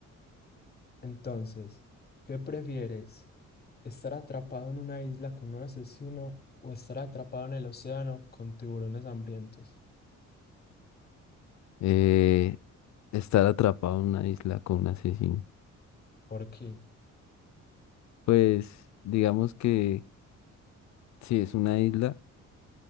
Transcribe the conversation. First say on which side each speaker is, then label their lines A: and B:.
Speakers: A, on the left; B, on the left.
A: Entonces, ¿qué prefieres? ¿Estar atrapado en una isla con un asesino o estar atrapado en el océano con tiburones hambrientos?
B: Eh, estar atrapado en una isla con un asesino.
A: ¿Por qué?
B: Pues, digamos que si es una isla,